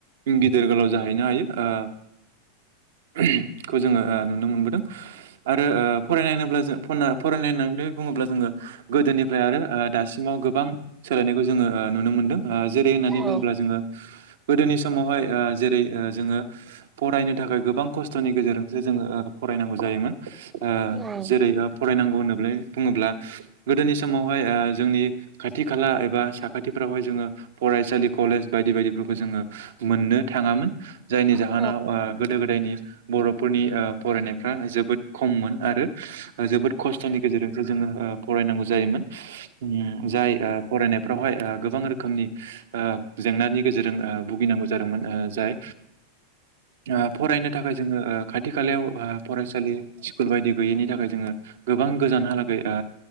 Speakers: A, on the right; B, on the right.
A: गिदिर गोलाव जाहैनो हायो ओ <unintelligible> खौ जोङो ओ नुनो मोनबो दों आरो ओ फरायनाय होनोब्ला जों फना-फरायनाय होननानै बुङोब्ला जोङो गोदोनिफ्राय आरो ओ दासिमाव गोबां सोलायनायखौ जोङो ओ नुनो मोनदों। ओ जेरै- होननानै
B: औ
A: बुङोब्ला जोङो गोदोनि समावहाय ओ जेरै- ओ जोङो फरायनो थाखाय गोबां खस्थ'नि गेजेरजोंसो जोङो ओ फरायनांगौ जायोमोन। ओ
B: उम
A: जेरै- ओ फरायनांगौ होनोब्लै बुङोब्ला गोदोनि समावहाय ओ जोंनि खाथि खाला एबा साखाथिफ्रावहाय जोङो फरायसालि कलेज बायदि बायदिफोरखौ जोङो मोननो थाङामोन जायनि जाहोनाव
B: औ
A: ओ गोदो गोदायनि बर'फोरनि ओब फरायनायफ्रा जोबोद खममोन आरो जोबोद खस्थ'नि गेजेरजोंसो जोङो ओ फरायनांगौ जायोमोन उम जाय ओ फरायनायफ्रावहाय ओ गोबां रोखोमनि ओ जेंनानि गेजेरजों ओ भुगिनांगौ जादोंमोन‌ ओ जाय ओ फरायनो थाखाय जोङो ओ खाथि खालायाव ओ फरायसालि स्कुल बायदि गैयैनि थाखाय जोङो गोबां गोजानहालागै ओ